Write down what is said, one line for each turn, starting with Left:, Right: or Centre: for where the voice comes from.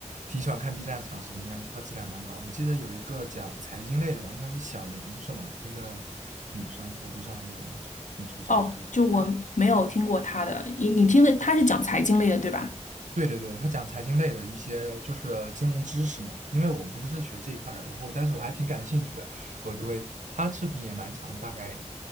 Right: 挺喜欢看 B 站长视频，感觉它质量蛮高。我记得有一个讲财经类的吧，应该是小林是吗？一个女生，我不知道你有没有，你知不知道这个人
Left: 哦，就我没有听过他的，你你听的他是讲财经类的，对吧？
Right: 对对对，他讲财经类的一些就是金融知识嘛，因为我不是学这一块儿，然后但是我还挺感兴趣的，我就会，他视频也蛮长，大概